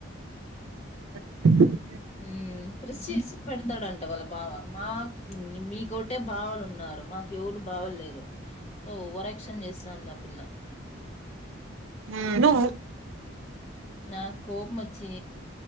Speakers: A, on the right; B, on the left.
A: అ
B: హ్మ్ ప్రెస్ చేసి పెడతండంట వాళ్ళకు బావ మా మీకోటే బావాలు ఉన్నారు మాకు ఎవరు బావలు లేరు ఓవర్వర్క్షన్ చేస్తాంది ఆ పిల్ల
A: ఉ నువ్వు
B: నా కోపంచ్చే